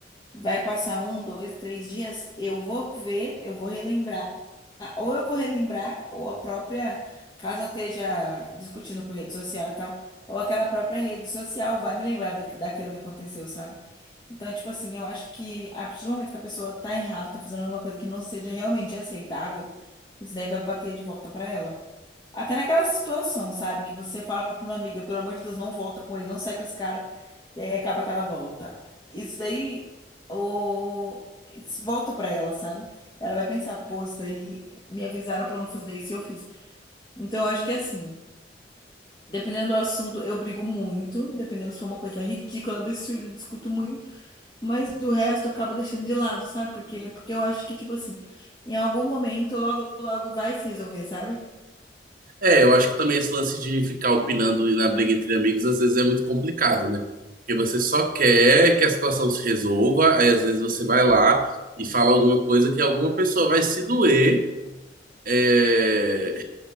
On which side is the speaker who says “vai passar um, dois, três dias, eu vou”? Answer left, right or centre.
Left